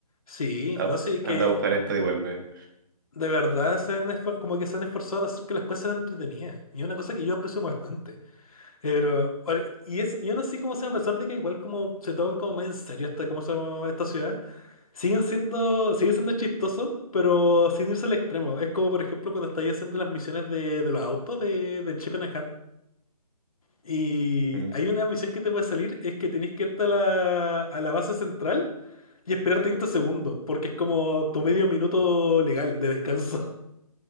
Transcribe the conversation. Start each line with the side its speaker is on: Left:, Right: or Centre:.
Left: Sí,
Right: "Ah,
Left: no sé, que
Right: anda a buscar esto y vuelve.
Left: de verdad se han esfor- como que se han esforzado en hacer que las cosas sean entretenidas. Y es una cosa que yo aprecio bastante. eh, Pero, ahora- y es, yo no sé cómo se va a pesar de que igual como se toman como más en serio esta, cómo se llama esta ciudad, siguen siendo, sigue siendo chistoso, pero sin irse al extremo. Es como por ejemplo cuando estáis haciendo las misiones de, de los autos de, de Chip and Y
Right: Mm,
Left: hay una misión que te puede salir, es que tenés que irte a la, a la base central y esperar 30 segundos, porque es como tu medio minuto legal de descanso.